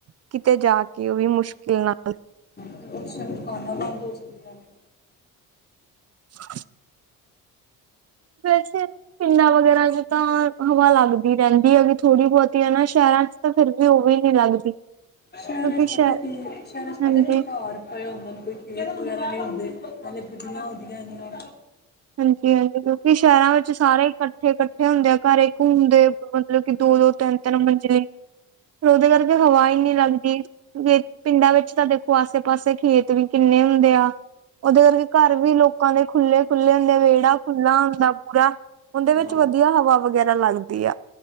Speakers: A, on the right; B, on the left.
A: ਕਿਤੇ ਜਾ ਕੇ ਉਹ ਵੀ ਮੁਸ਼ਕਿਲ ਨਾਲ।
B: ਓਸ ਟਾਈਮ, ਦੁਕਾਨਾਂ ਬੰਦ ਹੋ ਜਾਂਦੀਆਂ ਨੇ।
A: ਹਾਂ <unintelligible> ਵੈਸੇ ਪਿੰਡਾਂ ਵਗੈਰਾ ਚ ਤਾਂ ਹਵਾ ਲੱਗਦੀ ਰਹਿੰਦੀ ਐ ਕੀ ਥੋੜੀ ਬਹੁਤੀ ਹੈ ਨਾ, ਸ਼ਹਿਰਾਂ 'ਚ ਤਾਂ ਫਿਰ ਵੀ ਓਵੇ ਨੀ ਲੱਗਦੀ।
B: ਸ਼ੈਰਾਂ
A: ਕਿਉਂਕਿ
B: ਚ ਪਤਾ
A: ਸ਼ਹਿਰ
B: ਕੀ ਸ਼ੈਰਾਂ ਚ ਪਤਾ
A: ਹਾਂਜੀ
B: ਕੀ ਘਰ ਪਏ ਹੁੰਦੇ ਨੇ ਕੋਈ ਖੇਤ ਵਗੈਰਾ ਨਈਂ ਹੁੰਦੇ। ਪੈਲੇ ਗੱਡੀਆਂ ਹੁੰਦੀਆਂ ਏਨੀਆ
A: ਹਾਂਜੀ-ਹਾਂਜੀ ਕਿਉਂਕਿ ਸ਼ੈਰਾਂ ਵਿੱਚ ਸਾਰੇ ਇਕੱਠੇ-ਇਕੱਠੇ ਹੁੰਦੇ ਆ ਘਰੇ ਘੁੰਮਦੇ ਮਤਲਬ ਕਿ ਦੋ-ਦੋ, ਤਿੰਨ-ਤਿੰਨ ਮੰਜਲੇ, ਫੇਰ ਓਦੇ ਕਰਕੇ ਹਵਾ ਈ ਨੀ ਲੱਗਦੀ। ਤੇ ਪਿੰਡਾਂ ਵਿੱਚ ਤਾਂ ਦੇਖੋ ਆਸੇ-ਪਾਸੇ ਖੇਤ ਵੀ ਕਿੰਨੇ ਹੁੰਦੇ ਆ। ਓਦੇ ਕਰਕੇ ਘਰ ਵੀ ਲੋਕਾਂ ਦੇ ਖੁੱਲੇ ਖੁੱਲੇ ਹੁੰਦੇ ਆ ਵੇੜਾ ਖੁੱਲਾ ਹੁੰਦਾ ਪੂਰਾ, ਓਦੇ
B: ਬਿਲਕੁਲ
A: ਵਿੱਚ ਵਦੀਆ ਹਵਾ ਵਗੈਰਾ ਲੱਗਦੀ ਆ।